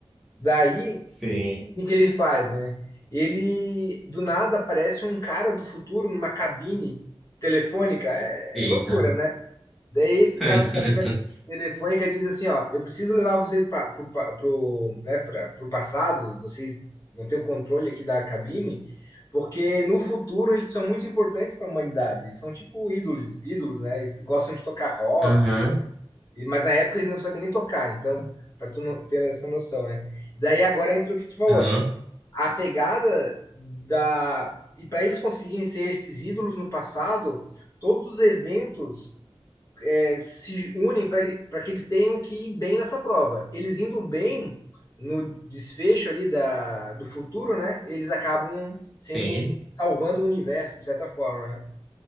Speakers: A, on the left (about 40°); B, in the centre.
A: Daí,
B: Sim.
A: o que que ele faz, né? Ele, do nada, aparece um cara do futuro numa cabine telefônica. É,
B: Eita.
A: é loucura, né? Daí esse cara
B: <laughs>
A: na cabina telefônica diz assim, ó, eu preciso levar vocês para pro, pa- pro, né, pra, pro passado, vocês não têm o controle aqui da cabine, porque no futuro eles são muito importantes para a humanidade, eles são tipo ídolos, ídolos, né? Eles gostam de tocar rock,
B: Aham.
A: e- mas na época eles não sabiam nem tocar, então, para tu não ter essa noção, né? Daí agora entra o que tu falou,
B: Aham.
A: a pegada da... E para eles conseguirem ser esses ídolos no passado, todos os eventos se unem para que eles tenham que ir bem nessa prova. Eles indo bem no desfecho ali da, do futuro, né? Eles acabam sendo
B: Sim.
A: salvando o universo de certa forma. Né?